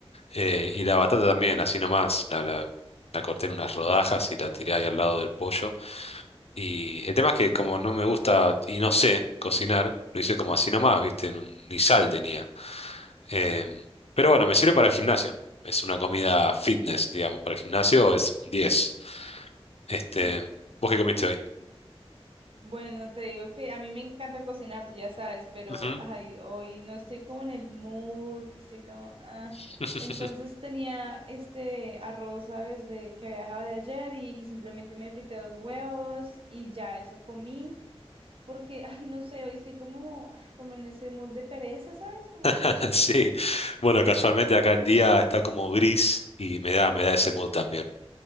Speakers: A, on the left; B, on the right.
A: eh, y la batata también, así nomás. La, la, la corté en unas rodajas y la tiré ahí al lado del pollo. Y el tema es que como no me gusta y no sé cocinar, lo hice como así nomás, ¿viste? No- Ni sal tenía. Em, pero bueno, me sirve para el gimnasio. Es una comida fitness, digamos. Para el gimnasio es un 10. Este,
B: Sí.
A: ¿vos qué comiste hoy?
B: Bueno, te digo que a mí me encanta cocinar, tú ya sabes, pero
A: Ujú.
B: ay, hoy no estoy como en el mood, estoy como, ah.
A: <laughs>
B: Entonces tenía este arroz, ¿sabes? De que había dejado de ayer y, y simplemente me frité dos huevos y ya eso comí, porque, ay, no sé, hoy estoy como, ah, como en ese mood de pereza, ¿sabes? Como que,
A: <laughs> Sí, bueno, casualmente acá el día está como gris y me da, me da ese mood también.